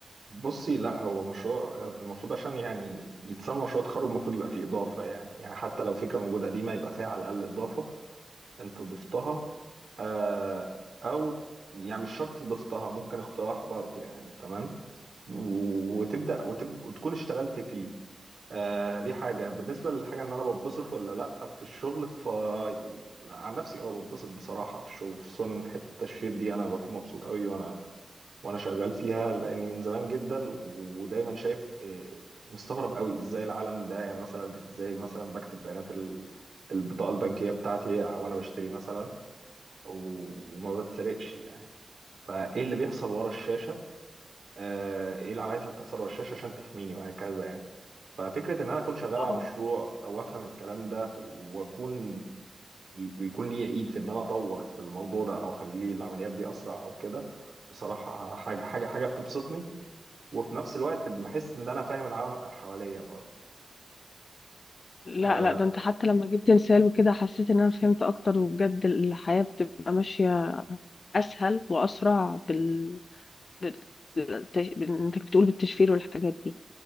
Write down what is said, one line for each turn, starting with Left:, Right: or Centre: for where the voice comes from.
Right: بصي لا هو مشروع آه، المفروض عشان يعني يتسمى مشروع تخرج المفروض يبقى فيه اضافه يعني يعني حتى لو فكره موجوده قديمه يبقى فيها على الاقل اضافه انت ضفتها آه او يعني مش شرط ضفتها ممكن اقتراح برضو يعني تمام و- وتبدا وتب وتكون اشتغلت فيه آه دي حاجه بالنسبه للحاجه ان انا بتبسط ولا لا في الشغل ف عن نفسي اه بتبسط بصراحه في الشغل خصوصا حته التشفير دي انا بكون مبسوط قوي وانا وانا شغال فيها لاني من زمان جدا ودايما شايف آه، مستغرب قوي ازاي العالم ده يعني مثلا ازاي مثلا بكتب بيانات ال- البطاقه البنكيه بتاعتي وانا بشتري مثلا وما بتسرقش يعني فايه اللي بيحصل ورا الشاشه آه، ايه العمليات اللي بتحصل ورا الشاشه عشان تحميني وهكذا يعني ففكره ان انا اكون شغال على
Left: اه
Right: مشروع او افهم الكلام ده واكون ويكون لي ايد في ان انا اطور في الموضوع ده او اخليه العمليات دي اسرع او كده بصراحه حاجه حاجه حاجه بتبسطني وفي نفس الوقت بحس ان انا فاهم العالم حواليا برضه
Left: لا
Right: اه
Left: لا ده انت حتى لما جبت مثال وكده حسيت ان انا فهمت اكتر وبجد الحياه بتبقى ماشيه اسهل واسرع بال بت- بتش- انت كنت بتقول بالتشفير والحاجات دي